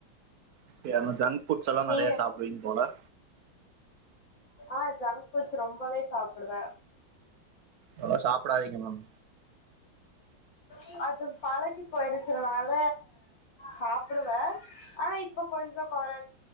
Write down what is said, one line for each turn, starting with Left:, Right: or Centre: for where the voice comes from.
Right: ஓகே ஆனா ஜங்க் ஃபுட்ஸ் எல்லாம்
Left: நீங்க
Right: நிறைய
Left: எப்டி
Right: சாப்புடுவீங்க போல
Left: ஆ ஜங்க் ஃபுட்ஸ் ரொம்பவே சாப்பிடுவே
Right: அவ்ளவா சாப்டாதீங்க மேம்
Left: ஏன் அது பழகி போயிருச்சிறனால சாப்பிடுவே ஆனா இப்ப கொஞ்சம் குறை